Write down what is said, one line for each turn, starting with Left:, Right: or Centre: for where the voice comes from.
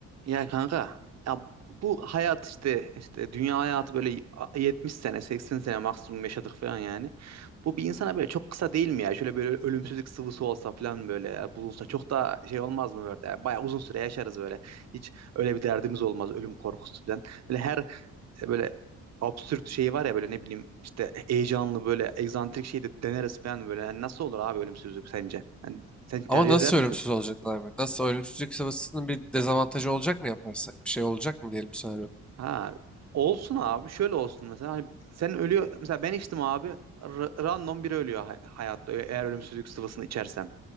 Right: Ya kanka ya bu hayat işte işte dünya hayatı böyle 70 sene 80 sene maksimum yaşadık falan yani. Bu bir insana böyle çok kısa değil mi ya? Şöyle böyle ölümsüzlük sıvısı olsa falan böyle ya, bulunsa çok da şey olmaz mı böyle? Yani bayağı uzun süre yaşarız böyle. Hiç öyle bir derdimiz olmaz ölüm korkusu falan. Böyle her e, böyle absürt şey var ya böyle ne bileyim işte heyecanlı böyle egzantrik şey de deneriz falan böyle. Yani nasıl olur abi ölümsüzlük sence? Yani sen tercih
Centre: Ama nasıl
Right: eder misin?
Centre: ölümsüz olacaklar abi? Nasıl ölümsüzlük sıvısının bir dezavantajı olacak mı yaparsak? Bir şey olacak mı diyelim senaryoda?
Right: Ha olsun abi şöyle olsun mesela hani sen ölüyor mesela ben içtim abi r- random biri ölüyor hay- hayatta e- eğer ölümsüzlük sıvısını içersem.